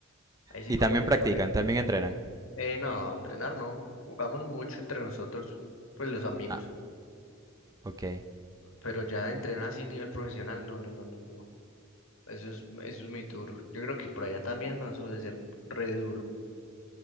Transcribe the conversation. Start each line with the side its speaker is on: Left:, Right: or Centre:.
Left: Ahí sí
Right: Y
Left: cuando
Right: también
Left: me
Right: practican,
Left: cure.
Right: también entrenan.
Left: Eh, no, entrenar no. Jugamos mucho entre nosotros, pues los amigos.
Right: Ah, ok.
Left: Pero ya entrenar así a nivel profesional, no, no, no, no, no. no. Eso es, eso es muy duro. Yo creo que por allá también, ¿no? Eso debe ser re duro.